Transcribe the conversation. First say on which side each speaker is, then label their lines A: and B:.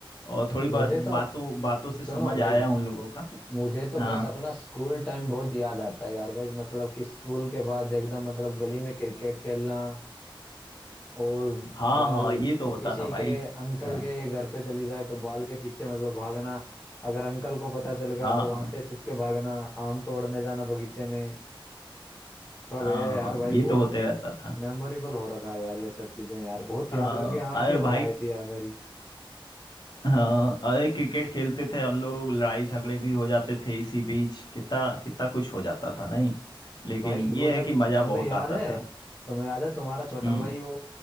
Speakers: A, on the left; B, on the left.
A: और थोड़ी बात
B: मुझे तो
A: बातों बातों से समझ
B: सुनो भाई
A: आया उन लोगों का
B: मुझे तो
A: हाँ
B: बस अपना स्कूल टाइम बहुत याद आता है यार भाई मतलब कि स्कूल के बाद एकदम मतलब गली में क्रिकेट खेलना और
A: हाँ
B: बाल
A: हाँ ये तो होता
B: किसी
A: था भाई
B: के अंकल
A: हाँ
B: के घर पे चली जाए तो बाल के पीछे मतलब भागना अगर अंकल को पता चल गया
A: हाँ
B: तो वहां से छुप के भागना आम तोड़ने जाना बगीचे में सब
A: हाँ
B: ये यार
A: हाँ,
B: भाई
A: ये
B: बहुत
A: तो होते रहता था
B: मेमोरेबल हो रखा है यार ये सब चीजें यार बहुत
A: हाँ
B: याद करके आंखें
A: अरे
B: भर
A: भाई
B: आई थी यार मेरी
A: हाँ अरे क्रिकेट खेलते थे हम लोग लड़ाई झगड़े भी हो जाते थे इसी बीच कितना कितना कुछ हो जाता था नहीं लेकिन
B: भाई वो
A: ये
B: जब
A: है कि मजा
B: तुम्हें
A: बहुत
B: याद
A: आता
B: है
A: था
B: तुम्हें याद है तुम्हारा छोटा
A: हम्म
B: भाई वो